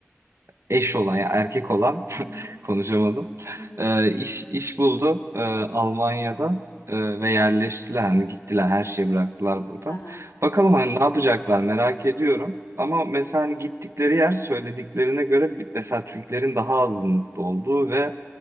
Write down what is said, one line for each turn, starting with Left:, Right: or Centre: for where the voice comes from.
Right: eş olan ya erkek olan
Left: Hı hı.
Right: <laughs> konuşamadım.
Left: Hı hı.
Right: E, iş iş buldu e, Almanya'da
Left: Hı hı.
Right: e, ve yerleştiler hani gittiler her şeyi bıraktılar burada.
Left: Hı hı.
Right: Bakalım hani ne yapacaklar merak ediyorum. Ama mesela hani gittikleri yer söylediklerine göre bir- mesela Türklerin daha azınlıkta olduğu ve